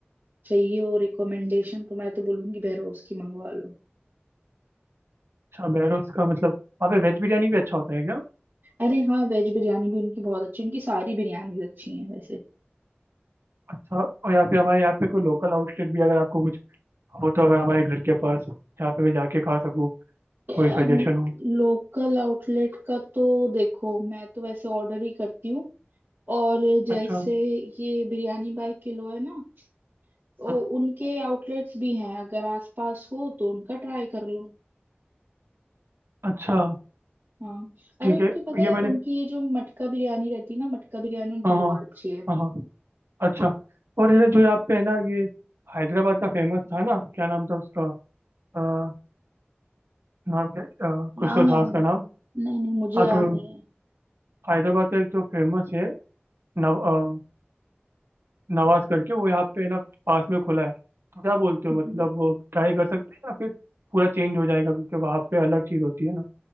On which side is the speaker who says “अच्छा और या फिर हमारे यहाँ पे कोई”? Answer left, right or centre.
Right